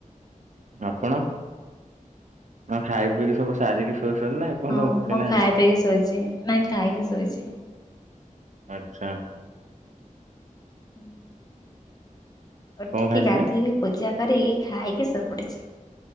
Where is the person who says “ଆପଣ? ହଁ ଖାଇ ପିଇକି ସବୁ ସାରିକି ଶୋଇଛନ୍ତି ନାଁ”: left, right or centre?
Right